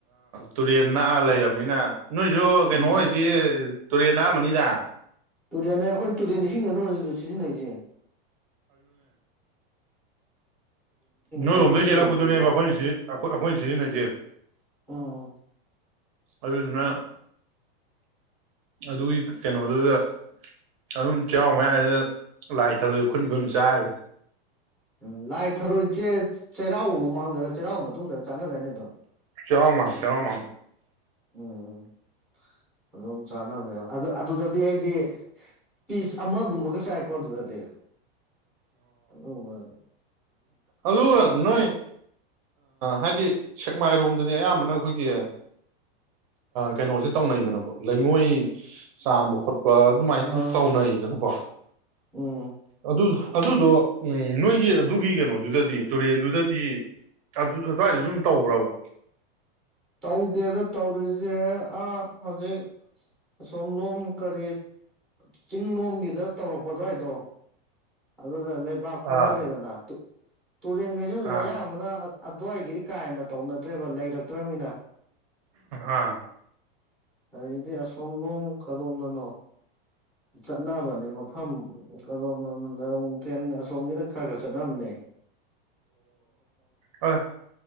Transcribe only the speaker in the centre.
ꯎꯝ
ꯨꯔ ꯑꯩꯈꯣꯏ ꯇꯨꯔꯤꯅꯤ ꯁꯤꯅꯦꯅ ꯃꯖꯤ ꯁꯤꯁꯤ ꯅꯁꯦ
ꯄꯨꯈ꯭ꯔꯤꯒ
ꯂꯩꯇꯦꯗ
ꯎꯝ
ꯎꯝ ꯂꯥꯏ ꯊꯔꯣꯏꯁꯦ ꯆꯩꯔꯥꯎꯕ ꯃꯃꯥꯡꯗ ꯆꯩꯔꯥꯎꯕ ꯃꯇꯨꯡꯗ ꯆꯥꯟꯅꯗꯏꯅꯦ ꯑꯗꯨꯝ
ꯎꯝ ꯑꯗꯨꯝ ꯆꯥꯅꯕꯅꯦꯕ ꯑꯗꯨ ꯑꯗꯨꯗꯗꯤ ꯑꯩꯗꯤ ꯄꯤꯁ ꯑꯃꯒꯨꯝꯕꯒ ꯆꯥꯏꯀꯣ ꯑꯗꯨꯗꯗꯤ ꯑ ꯋꯥ
ꯑꯥ
ꯎꯝ
ꯇꯧꯗꯦꯗ ꯇꯧꯔꯤꯁꯦ ꯑꯥ ꯍꯧꯖꯤꯛ ꯑꯁꯣꯝ ꯂꯣꯝ ꯀꯔꯤ ꯆꯤꯡ ꯂꯣꯝꯒꯤꯗ ꯇꯧꯔꯛꯄꯗꯋꯥꯏꯗꯣ ꯑꯒ ꯂꯩꯕꯥꯛ
ꯍꯣꯠꯅꯔꯦꯗꯅ ꯇꯨꯔꯦꯟ ꯀꯩꯁꯨ
ꯍꯧꯖ ꯑꯃꯅ ꯑꯗꯨꯋꯥꯏꯒꯤꯗꯤ ꯀꯥ ꯍꯦꯟꯅ ꯇꯧꯅꯗ꯭ꯔꯦꯕ ꯂꯩꯔꯛꯇ꯭ꯔꯃꯤꯅ
ꯑꯗꯨꯗꯤ ꯑꯁꯣꯝ ꯂꯣꯝ ꯀꯗꯣꯝꯗꯅꯣ ꯆꯠꯅꯕꯅꯦ ꯃꯐꯝ ꯀꯗꯣꯝꯗꯅꯣ ꯂꯔꯣꯡ ꯇ꯭ꯔꯦꯟ ꯑꯁꯣꯝꯒꯤꯗ ꯈꯔ ꯈꯔ ꯆꯠꯝꯅꯦ